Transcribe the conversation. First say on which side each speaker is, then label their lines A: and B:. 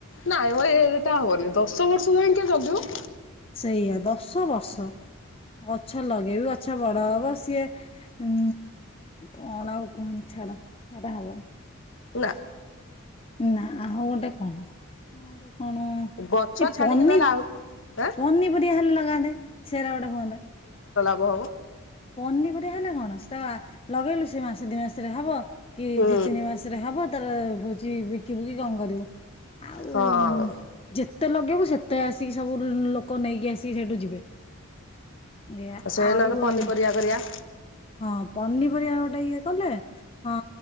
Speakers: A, on the left; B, on the left.
A: ନାଇଁ ମ ଏଇଟା ହବନି ଦଶ ବର୍ଷ ଯାଏ କିଏ ଜଗିବ।
B: ସେଇଆ ଦଶ ବର୍ଷ ଗଛ ଲଗେଇବି ଗଛ ବଡ ହବ ସିଏ ଉ କଣ ଆଉ କୁହନ୍ତି ଛାଡ ଛାଡ ହବନି।
A: ନା।
B: ନା ଆଉ ଗୋଟେ କଣ ଆ ଗୋଟେ। କଣ ଏଇ
A: ଗଛ ଛାଡିକି
B: ପନି
A: ନହେଲେ ଆଉ ଆଁ
B: ପନିପରିବା ହେଲେ ଲଗାନ୍ତେ ସେଟା ଗୋଟେ ହୁଅନ୍ତା।
A: ହବ ହବ
B: ପନିପରିବା ହେଲା କଣ ସେଟା ଲଗେଇଲୁ ସେ ମାସ ଦି ମାସରେ ହବ। କି
A: ହୁଁ
B: ଦି ତିନି ମାସରେ ହବ। ତାର ହଉଛି ବିକିବୁ କି କଣ କରିବୁ। ଆଉ
A: ହଁ
B: ଯେ। ଯେତେ ଲଗେଇବୁ ସେତେ ଆସିକି ସବୁ ଲୋକ ନେଇକି ଆସିକି ସେଇଠୁ ଯିବେ। ଏଇଆ
A: ଆ ସେ
B: ଆଉ
A: ନହେନେ ପନିପରିବା କରିବା।
B: ହଁ ପନିପରିବା ଗୋଟେ ଇଏ କଲେ ହଁ